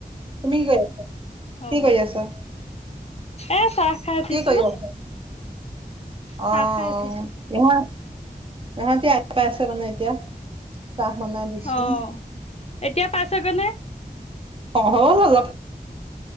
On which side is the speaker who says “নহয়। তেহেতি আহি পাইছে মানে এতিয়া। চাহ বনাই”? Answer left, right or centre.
Right